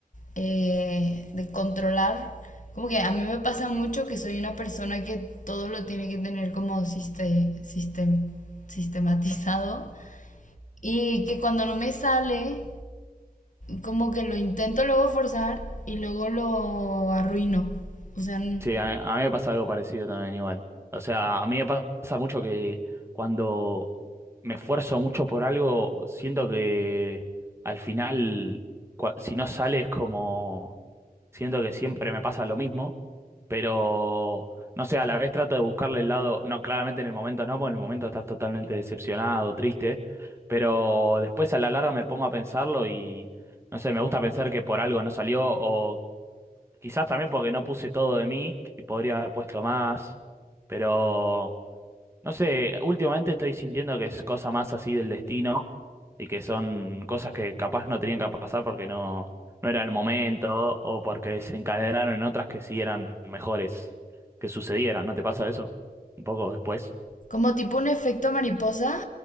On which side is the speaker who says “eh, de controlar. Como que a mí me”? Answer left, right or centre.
Left